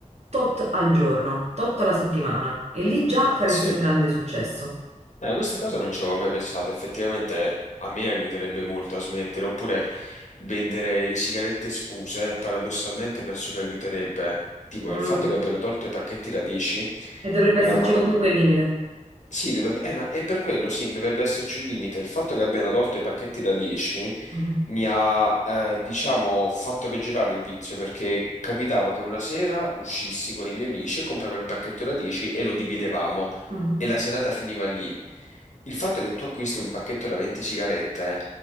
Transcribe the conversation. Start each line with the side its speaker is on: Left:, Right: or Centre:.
Right: tot al giorno, tot alla settimana, e lì già faresti
Left: sì.
Right: un grande successo.
Left: Eh, questa cosa non ci avevo mai pensato, effettivamente a me aiuterebbe molto a smettere, oppure vendere le sigarette sfuse, paradossalmente penso che aiuterebbe. Tipo,
Right: Mm,
Left: il fatto che abbiano tolto i pacchetti radici
Right: E dovrebbe
Left: mi
Right: esserci
Left: ha, man-
Right: comunque il limite.
Left: sì, dovrebbe, eh, ma è per quello, sì, dovrebbe esserci un limite. Il fatto che abbiano tolto i pacchetti da 10
Right: Mhm,
Left: mi ha, eh, diciamo, fatto peggiorare il vizio perché capitava che una sera uscissi con i miei amici e compravo il pacchetto da 10 e lo dividevamo
Right: mhm,
Left: e la serata finiva lì. Il fatto che tu acquisti un pacchetto da 20 sigarette eh,